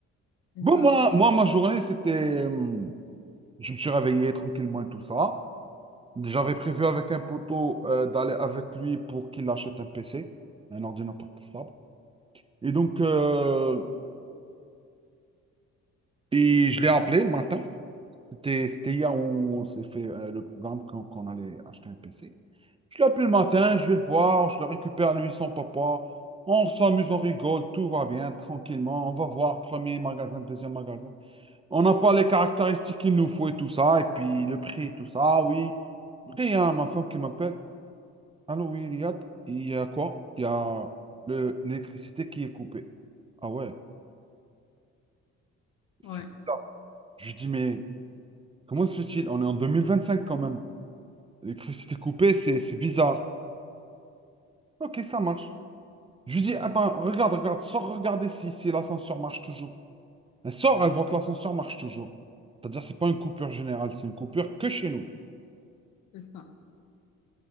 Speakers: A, on the left; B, on the right.
A: ça?
B: Bon, moi, moi ma journée, c'était... hum, Je me suis réveillé tranquillement et tout ça. J'avais prévu avec un poteau euh, d'aller avec lui pour qu'il achète un PC, un ordinateur portable. Et donc, euh, et je l'ai appelé le matin. C'était c'était hier où on s'est fait euh, le programme qu'on qu'on allait acheter un PC. Je l'appelle le matin, je vais le voir, je le récupère lui, son papa. On s'amuse, on rigole, tout va bien, tranquillement. On va voir premier magasin, deuxième magasin. On n'a pas les caractéristiques qu'il nous faut et tout ça, et puis le prix et tout ça, Ah oui. Après, il y a ma femme qui m'appelle. Allô, oui, Riyad, il y a quoi? Il y a le- l'électricité qui est coupée. Ah ouais, c'est
A: Ouais,
B: bizarre ça. Je lui dis, mais comment se fait-il? On est en 2025 quand même. L'électricité coupée, c'est c'est bizarre. Ok, ça marche. Je lui dis, attends, regarde, regarde, sors regarder si, si l'ascenseur marche toujours. Elle sort, elle voit que l'ascenseur marche toujours. C'est-à-dire, c'est pas une coupure générale, c'est une coupure que chez nous.
A: c'est ça.